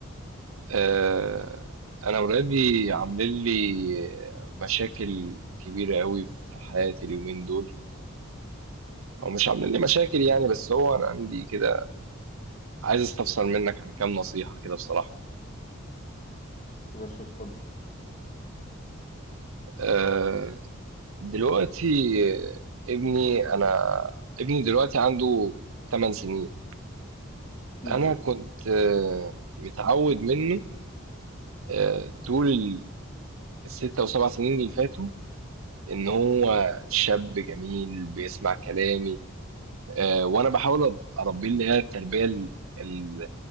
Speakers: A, on the right; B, on the left.
A: آه انا ولادي عاملين لي مشاكل كبيره قوي في حياتي اليومين دول او مش عاملين لي مشاكل يعني بس هو انا عندي كده عايز استفسر منك عن كام نصيحه كده بصراحه
B: يا باشا اتفضل
A: آه دلوقتي ابني انا ابني دلوقتي عنده 8 سنين
B: مم.
A: انا كنت آه، متعود منه آه، طول ال- الستة وسبع سنين اللي فاتوا ان هو شاب جميل بيسمع كلامي آه، وانا بحاول أ- اربيه اللي هي التربية ال- ال-